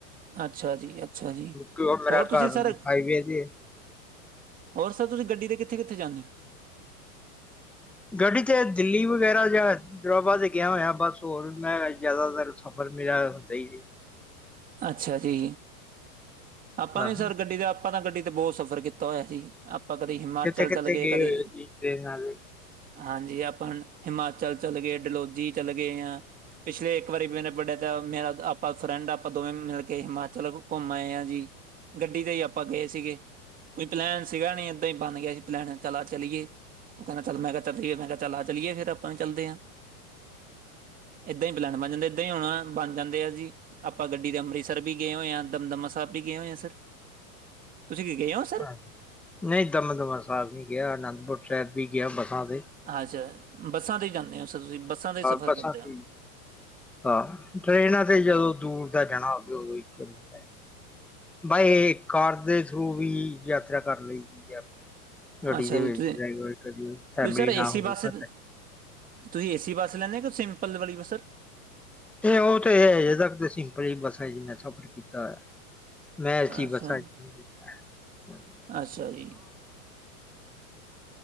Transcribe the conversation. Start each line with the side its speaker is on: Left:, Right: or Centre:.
Right: ਅੱਛਾ ਜੀ ਅੱਛਾ ਜੀ
Centre: ਕਿਉਂ ਮੇਰਾ
Right: ਹੋਰ ਤੁਸੀਂ
Centre: ਘਰ
Right: ਸਰ
Centre: ਹਾਈਵੇ ਤੇ
Right: ਹੋਰ ਸਰ ਤੁਸੀਂ ਗੱਡੀ ਤੇ ਕਿੱਥੇ ਕਿੱਥੇ ਜਾਂਨੇ ਔ
Centre: ਗੱਡੀ ਤੇ ਦਿੱਲੀ ਵਗੈਰਾ ਜਾਂ ਜਾਵਾ ਤੇ ਗੇਆ ਹੋਇਆ ਬਸ ਹੋਰ ਵੀ ਮੈਂ ਜ਼ਿਆਦਾਤਰ ਸਫ਼ਰ ਮੇਰਾ ਹੁੰਦਾ ਈ
Right: ਅੱਛਾ ਜੀ ਆਪਾਂ
Centre: ਆਹ
Right: ਵੀ ਸਰ ਗੱਡੀ ਦਾ ਆਪਾਂ ਤਾਂ ਗੱਡੀ ਤੇ ਬਹੁਤ ਸਫ਼ਰ ਕੀਤਾ ਹੋਇਆ ਸੀ ਆਪਾਂ ਕਦੇ ਹਿਮਾਚਲ
Centre: ਕਿੱਥੇ ਕਿੱਥੇ
Right: ਚੱਲ ਗਏ ਕਦੇ
Centre: ਹੋਏ ਤੁਸੀਂ ਟ੍ਰੇਨ ਨਾਲ
Right: ਹਾਂਜੀ ਆਪਾਂ ਹਿਮਾਚਲ ਚੱਲੇ ਗਏ ਡਲੋਜੀ ਚੱਲ ਗਏ ਆ ਪਿਛਲੇ ਇੱਕ ਵਾਰੀ ਮਨੇ ਪੜ੍ਹਿਆ ਤਾਂ ਮੇਰਾ ਆਪਾਂ ਫਰੈਂਡ ਆਪਾਂ ਦੋਵੇਂ ਮਿਲ ਕੇ ਹਿਮਾਚਲ ਘੁੰਮ ਆਏ ਆ ਜੀ ਗੱਡੀ ਤੇ ਹੀ ਆਪਾਂ ਗਏ ਸੀਗੇ ਕੋਈ ਪਲੈਨ ਸੀਗਾ ਨਹੀਂ ਏਦਾਂ ਹੀ ਬਨ ਗਿਆ ਸੀ ਪਲੈਨ ਚਲ ਆ ਚਲੀਏ ਉਹ ਕਹਿੰਦਾ ਚੱਲ ਮੈਂ ਕਿਹਾ ਚੱਲਿਏ ਮੈਂ ਕਿਹਾ ਚੱਲ ਆ ਚਲੀਏ ਫਿਰ ਆਪਾਂ ਵੀ ਚੱਲਦੇ ਆ ਏਦਾਂ ਹੀ ਪਲੈਨ ਬਨ ਜਾਂਦਾ ਏਦਾਂ ਹੀ ਹੋਨਾ ਬਨ ਜਾਂਦੇ ਆ ਜੀ, ਆਪਾਂ ਗੱਡੀ ਦੇ ਅੰਮ੍ਰਿਤਸਰ ਵੀ ਗਏ ਹੋਏ ਆ, ਦਮਦਮਾ ਸਾਹਿਬ ਗਏ ਹੋਏ ਆ ਸਰ, ਤੁਸੀਂ ਕੀ ਗਏ ਹੋ ਸਰ
Centre: ਹਾਂ ਨਹੀਂ ਦਮਦਮਾ ਸਾਹਿਬ ਨਹੀਂ ਗਿਆ, ਅਨੰਦਪੁਰ ਸਾਹਿਬ ਵੀ ਗਿਆ ਬੱਸਾਂ ਤੇ
Right: ਅੱਛਾ ਬੱਸਾਂ ਤੇ ਈ ਜਾਂਦੇ ਔ ਸਰ ਤੁਸੀਂ ਬੱਸਾਂ 'ਤੇ ਹੀ ਸਫ਼ਰ
Centre: ਬੱਸਾਂ
Right: ਕਰਦੇ
Centre: ਤੇ
Right: ਔ
Centre: ਹਾਂ ਟਰੇਨਾਂ ਤੇ ਜਦੋਂ ਦੂਰ ਦਾ ਜਾਨਾ ਹੋਵੇ ਉਦੋਂ ਈ ਚੱਲੀਦਾ ਬਾਐ ਕਾਰ ਦੇ ਥਰੂ ਵੀ ਯਾਤਰਾ ਕਰ ਲਈ ਦੀ ਹੈ ਗੱਡੀ
Right: ਅੱਛਾ
Centre: ਦੇ
Right: ਜੀ
Centre: ਵਿੱਚ
Right: ਤੁਸੀਂ
Centre: ਡਰਾਈਵਰ ਕਦੀ ਫੈਮਿਲੀ
Right: ਤੁਸੀਂ ਸਰ
Centre: ਨਾ
Right: ਏਸੀ
Centre: ਹੋ
Right: ਬੱਸ
Centre: ਖਤ
Right: ਤੁਸੀਂ ਏ ਸੀ ਬੱਸ ਲੈਂਨੇ ਔ ਕਿ ਸਿੰਪਲ ਵਾਲੀ ਬੱਸਰ
Centre: ਤੇ ਇਹ ਉਹ ਤੇ ਇਹ ਅਜੇ ਤੱਕ ਸਿੰਪਲ ਹੀ ਬੱਸਾਂ ਜੀ ਮੈਂ ਸਫ਼ਰ ਕੀਤਾ ਐ ਮੈਂ ਏ-ਸੀ
Right: ਅੱਛਾ
Centre: ਬਸਾ ਚ ਕਿ ਨਹੀਂ ਕੀਤਾ ਐ
Right: ਅੱਛਾ ਜੀ